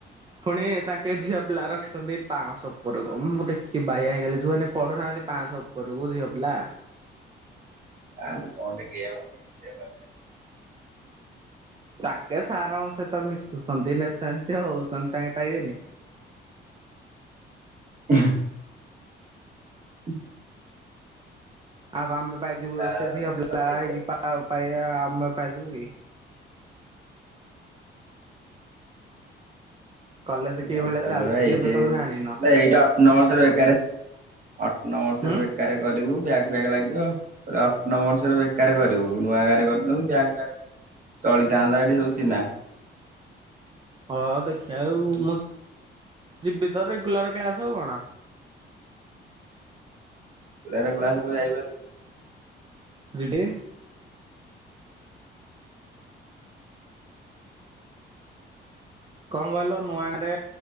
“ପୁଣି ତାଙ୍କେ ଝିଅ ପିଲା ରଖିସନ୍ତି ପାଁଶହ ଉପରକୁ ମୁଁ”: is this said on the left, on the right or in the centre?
Right